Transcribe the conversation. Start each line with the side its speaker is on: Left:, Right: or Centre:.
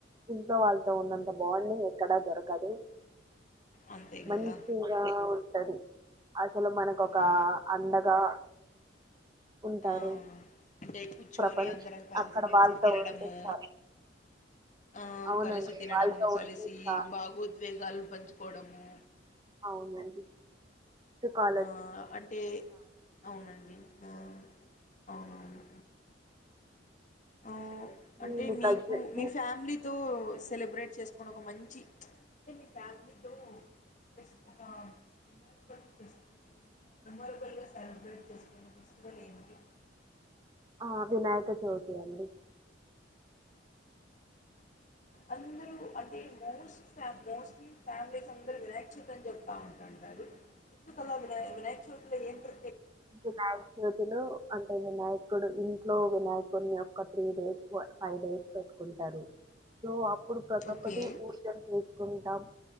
Right: ఇంట్లో వాళ్లాతో ఉన్నంత బాండింగ్ ఎక్కడ దో. దొరకదు
Left: అంతే గదా!
Right: మంచిగా ఉంటది. అసలు మనకు ఒక
Left: ఆ!
Right: అండగా. ఉంటారు.
Left: ఆహ్ అంటే కూర్చోని
Right: ప్రపంచం
Left: అందరం కలిసిమెలిసి
Right: అక్కడ వాళ్ళతో
Left: తినడము.
Right: ఉంటే చాలు.
Left: ఆహ్
Right: అవునండి.
Left: కలిసి తినడము
Right: వాళ్ళతో
Left: కలిసి
Right: ఉంటే చాలు.
Left: భాగోద్వేగాలు పంచుకోవడము.
Right: అవునండి సుఖాల్
Left: ఆ అంటే అవునండి ఆ అవునవును ఉహూ
Right: నేను
Left: అంటే
Right: కజిన్
Left: మీకు మీ ఫ్యామిలీతో సెలబ్రేట్ చేసుకొనే ఒక మంచి. అంటే మీ ఫ్యామిలీతో చేసుకున్న ప్చ్. కొన్ని ఫెస్టివల్ మెమొరబుల్ గా సెలబ్రేట్ చేసుకునే ఫెస్టివల్ ఏంటి.
Right: ఆ వినాయక చవితి అండి
Left: అందరు అదే మొస్ట్ ఫామ్ మొస్ట్లీ ఫ్యామిలీస్ అందరు వినాయక చవితి అని చెప్తా ఉంట్రంట ఎందుకలా వినయ వినాయక చవితి లో ఎం ప్ర
Right: వినాయక్ చవితిలు అంటే వినాయకుడు ఇంట్లో వినాయకున్ని ఒక త్రీ డేస్ ఫైవ్ డేస్ పెట్టుకుంటారు సో అప్ ఇప్పుడు ప్రతి
Left: ఓకే
Right: ఒక్కటి పూజల్ చెస్ కుంటాం